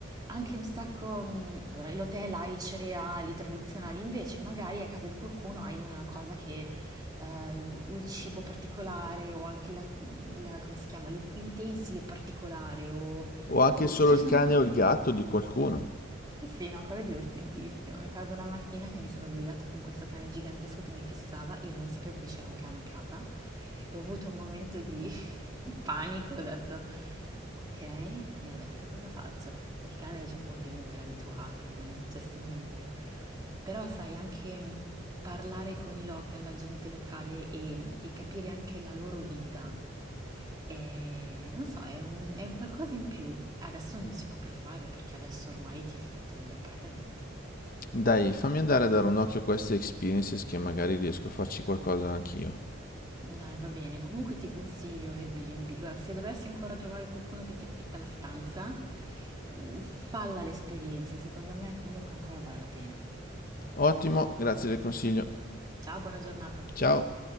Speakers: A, on the right (about 20°); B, on the left (about 45°).
A: anche un sacco, mh, allora l'hotel ha i cereali tradizionali, invece magari a casa di qualcuno hai una cosa che, eh, il cibo particolare o anche la, la- come si chiama, l'u- l'utensile particolare o,
B: O anche
A: o
B: solo
A: ci
B: il
A: sono,
B: cane o il gatto di qualcuno.
A: sì, no, quello è divertentissimo. Mi ricordo una mattina che mi sono svegliata con questo cane gigantesco che mi fissava, io non sapevo che c'era un cane in casa e ho avuto un momento di, <laughs> di panico, ho detto ok, e adesso cosa faccio? Poi il cane gi- ovviamente era abituato, quindi non è successo niente. Però sai, anche mh, parlare con i local, la gente locale e, mm, e capire anche la loro vita e non so, è un, è un qualcosa in più. Adesso non si può più fare perché adesso ormai ti affittano gli appartamenti.
B: Dai, fammi andare a dare un occhio a queste experiences che magari riesco a farci qualcosa anch'io.
A: Dai, va bene. Comunque ti consiglio Airbnb. Guarda, se dovessi ancora trovare qualcuno che ti affitta la stanza, mm, falla l'esperienza. Secondo me comunque ancora vale la pena.
B: Ottimo, grazie del consiglio.
A: Ciao, buona giornata.
B: Ciao!